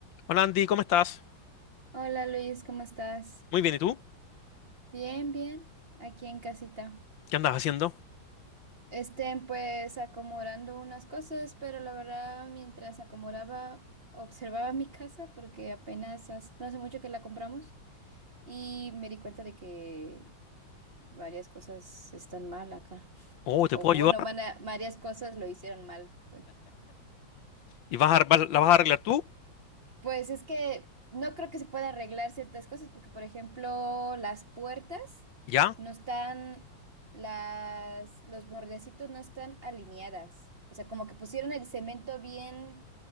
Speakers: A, on the left (about 75°); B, on the right (about 30°).
A: Hola Andy, ¿cómo estás?
B: Hola Luis, ¿cómo estás?
A: Muy bien, ¿y tú?
B: Bien, bien, aquí en casita.
A: ¿Qué andas haciendo?
B: Estén pues acomodando unas cosas, pero la verdad mientras acomodaba, observaba mi casa porque apenas hace- no hace mucho que la compramos y me di cuenta de que varias cosas están mal acá.
A: Oh, ¿te
B: O
A: puedo
B: bueno,
A: ayudar?
B: van a- varias cosas lo hicieron mal. pues.
A: ¿Y vas a, ar- vas- la vas a arreglar tú?
B: Pues es que no creo que se pueda arreglar ciertas cosas, porque por ejemplo, las puertas
A: ¿Ya?
B: no están, las, los bordecitos no están alineadas. O sea, como que pusieron el cemento bien